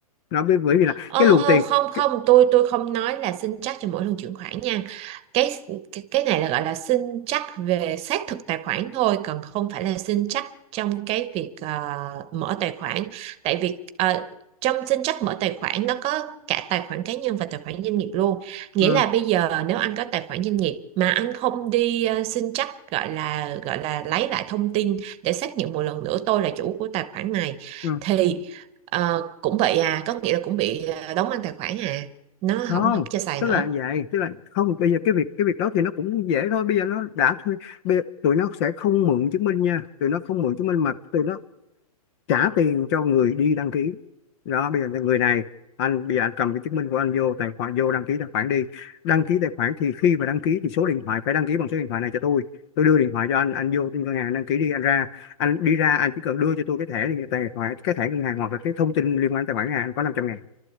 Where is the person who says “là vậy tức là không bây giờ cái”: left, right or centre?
Left